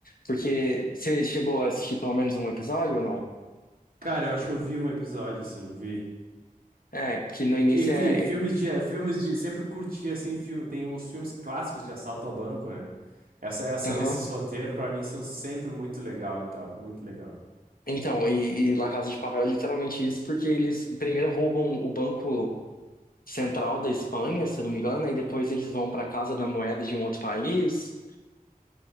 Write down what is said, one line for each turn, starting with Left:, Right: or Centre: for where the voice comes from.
Left: Porque você chegou a assistir pelo menos um episódio ou não?
Right: Cara, eu acho que eu vi um episódio, assim, vi.
Left: É, porque no início
Right: Enfim,
Left: é.
Right: filmes
Left: é,
Right: de, filmes de, sempre curti assim filme, tem uns filmes clássicos de assalto a banco, né? Essa, essa,
Left: Aham.
Right: esses roteiros pra mim são sempre muito legal e tal, muito legal.
Left: Então, e, e La Casa de Papel é literalmente isso, porque eles primeiro roubam o Banco Central da Espanha, se eu não me engano, e depois eles vão para a Casa da Moeda de um outro país.